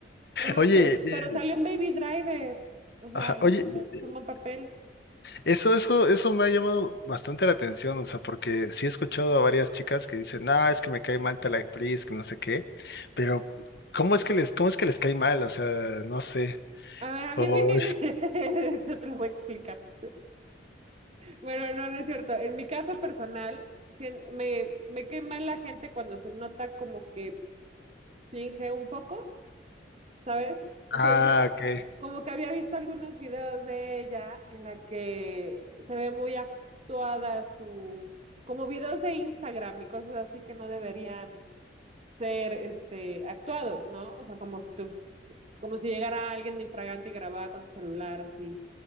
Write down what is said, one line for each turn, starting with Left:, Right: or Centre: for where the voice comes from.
Right: Pero,
Left: Oye,
Right: esto-
Left: eh,
Right: pero salió un Baby Driver. O sea,
Left: ajá,
Right: hizo,
Left: oye,
Right: hizo
Left: eh,
Right: un buen papel.
Left: eso, eso, eso me ha llamado bastante la atención, o sea, porque sí he escuchado a varias chicas que dicen, ah, es que me cae mal tal actriz, que no sé qué, pero ¿cómo es que les, cómo es que les cae mal? O sea, no sé.
Right: A, a
Left: O-
Right: mí me caen. <laughs> Yo te lo voy a explicar. Bueno, no, no es cierto. En mi caso personal, sien- me, me cae mal la gente cuando se nota como que finge un poco, ¿sabes? Entonces
Left: ah,
Right: yo,
Left: ok.
Right: Como que había visto algunos videos de ella en la que se ve muy actuada su, como videos de Instagram y cosas así que no deberían ser, este, actuados, ¿no? O sea, como si tú, como si llegara alguien de infragante y grababa con su celular así